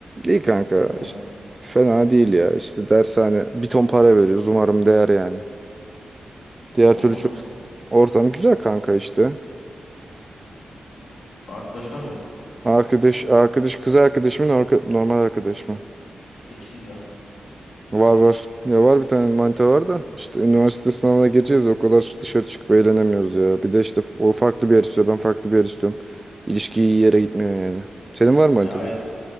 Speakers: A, on the right; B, on the left.
A: İyi kanka.
B: Dershane.
A: işte fena değil ya. İşte dershane bir ton para veriyoruz. Umarım değer yani. Diğer
B: Ortam
A: türlü çok
B: nasıl?
A: ortam güzel kanka işte.
B: Arkadaş var mı?
A: Arkadaş, arkadaş kız arkadaşımın normal arkadaş mı?
B: İkisi de.
A: Var var. Ya var bir tane manita var da işte üniversite sınavına gireceğiz o kadar dışarı çıkıp eğlenemiyoruz ya. Bir de işte o farklı bir yer istiyor ben farklı bir yer istiyorum. İlişki iyi yere gitmiyor yani. Senin var mı manita
B: Yani
A: falan?